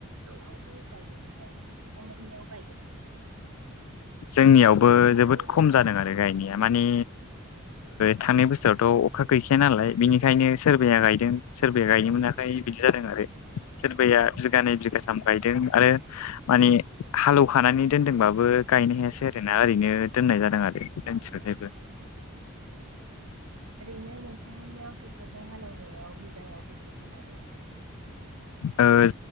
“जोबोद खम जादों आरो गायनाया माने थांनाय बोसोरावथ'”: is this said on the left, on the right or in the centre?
Left